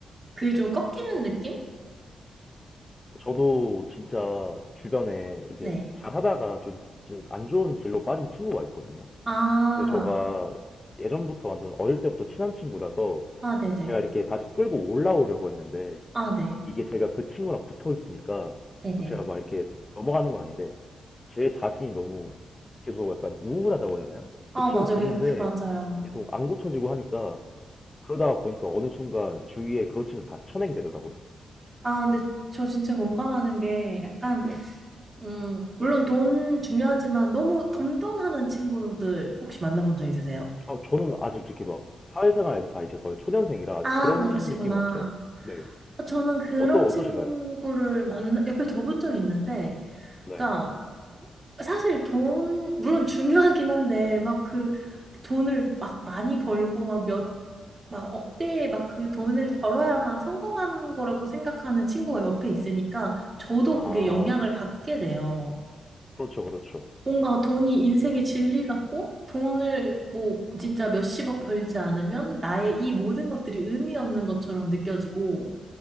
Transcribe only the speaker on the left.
저도 진짜 주변에 이제
잘하다가 좀 좀 안 좋은 길로 빠진 친구가 있거든요.
근데 저가 예전부터 완전 어릴 때부터 친한 친구라서
제가 이렇게 다시 끌고 올라오려고 했는데
이게 제가 그 친구랑 붙어 있으니까
뭐 제가 막 이렇게 넘어가는 건 아닌데 제 자신이 너무 계속 약간 우울하다고 해야 되나요? 그
친구
보는데
계속 안 고쳐지고 하니까 그러다가 보니까 어느 순간 주위에 그런 친구 다 쳐내게 되더라고요.
네.
네.
아, 저는 아직 그렇게 막 사회생활에도 다 이제 거의 초년생이라 아직
그런
느낌은 없어요. 네.
어떠,
어떠신가요?
네.
아,
그렇죠, 그렇죠.